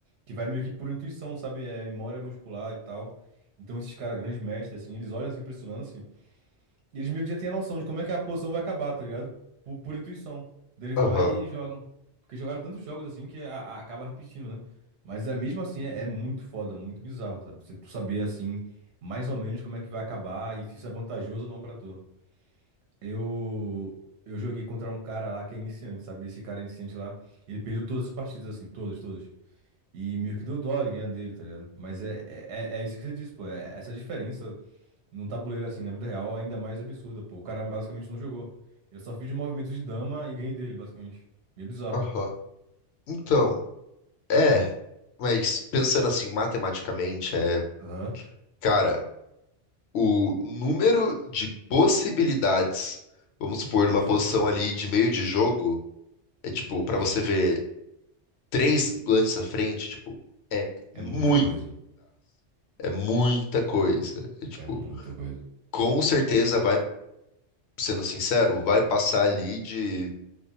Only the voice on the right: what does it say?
que vai meio que por intuição, sabe? É memória muscular e tal. Então, esses caras, grandes mestres, assim, eles olham assim pra esse lance. Eles meio que já têm a noção de como é que a posição vai acabar, tá ligado? Por, por intuição. Daí eles
vão lá e, e jogam. Porque jogaram tantos jogos assim que a- a- acaba repetindo, né? Mas é, mesmo assim é, é muito foda, muito bizarro, sabe? Você tu saber assim, mais ou menos como é que vai acabar e se isso é vantajoso ou não pra tu. Eu. Eu joguei contra um cara lá que é iniciante, sabe? Esse cara iniciante lá, ele perdeu todas as partidas, assim, todas, todas. E meio que deu dó de ganhar dele, tá ligado? Mas é, é, é é isso que você disse, pô. É essa diferença num tabuleiro assim, na vida real, ainda mais absurda, pô. O cara basicamente não jogou. Eu só fiz de movimento de dama e ganhei dele, basicamente. Meio bizarro.
Aham.
Do
xadrez.
É.
É
muita coisa.
É muita coisa.